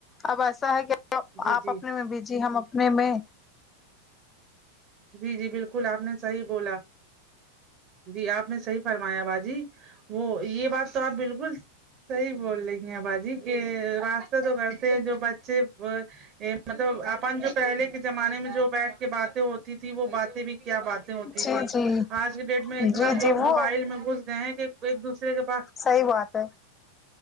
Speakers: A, on the left (about 20°); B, on the right (about 35°).
A: اب ایسا ہے کہ
B: جی
A: آپ
B: جی
A: اپنے میں بھیجی ہم اپنے میں
B: جی جی بالکل آپ نے صحیح بولا جی آپ نے صحیح فرمایا بھجی وہ یہ بات تو آپ بالکل صحی بول رہی ہیں باجی کہ راسہ تو کرتے ہیں جو بچے مطلب اپن جو پہلے کے زمانے میں جو بیٹھ کے باتیں ہوتی تھی وہ باتیں بھی کیا بات ہوتی
A: جی
B: تھی
A: جی
B: آج کے ڈیٹ میں اتنا
A: جی جی
B: لوگ
A: وہ
B: موبائل میں گھس گئے کہ ایک دوسرے کے پاس
A: صحی بات ہے